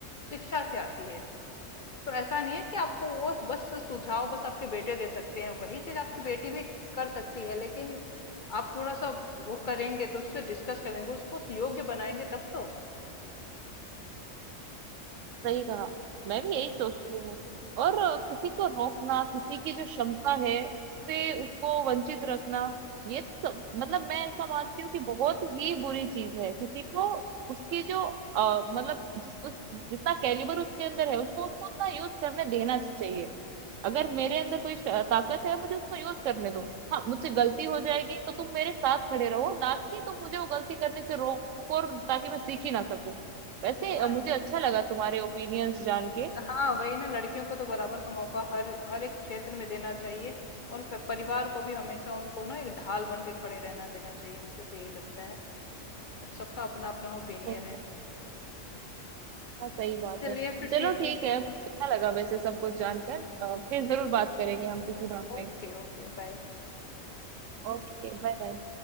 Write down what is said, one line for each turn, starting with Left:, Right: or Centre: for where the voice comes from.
Left: शिक्षा से आती है तो ऐसा नहीं है कि आपको वो बस सुझाव बस आपके बेटे दे सकते हैं वही चीज आपकी बेटी भी कर सकती है लेकिन आप थोड़ा सा वो करेंगे तो उससे डिस्कस करेंगे उसको योग्य बनाएंगे तब तो
Right: सही कहा मैं भी यही सोचती हूँ और अ, किसी को रोकना किसी की जो क्षमता है उससे उसको वंचित रखना ये तो सब मतलब मैं ऐसा मानती हूँ कि बहुत ही बुरी चीज है किसी को उसकी जो अ, मतलब जिस उस, जितना कैलिबर उसके अंदर है उसको उसको उतना यूज करने देना चाहिए अगर मेरे अंदर कोई श- ताकत है मुझे उसको यूज करने दो हाँ मुझसे गलती हो जाएगी तो तुम मेरे साथ खड़े रहो ना कि तुम मुझे वो गलती करने से रोको और ताकि मैं सीख ही ना सकूं वैसे
Left: हाँ
Right: अ, मुझे अच्छा लगा तुम्हारे ओपिनियंस जान के
Left: हाँ वही ना लड़कियों को तो बराबर का मौका हर हर एक क्षेत्र में देना चाहिए और प- परिवार को भी हमेशा उनको ना एक ढाल बन के खड़े रहना देना चाहिए मुझे तो यही लगता है अब सबका अपना अपना ओपिनियन
Right: सही कहा
Left: है हम्म,
Right: हाँ सही बात
Left: चलिए
Right: है
Left: फिर
Right: चलो
Left: ठीक
Right: ठीक
Left: है
Right: है मुझे अच्छा लगा वैसे सब कुछ जानकर अ, फिर
Left: Okay
Right: जरूर बात करेंगे हम किसी बात
Left: okay
Right: पे
Left: okay bye
Right: ओके Bye bye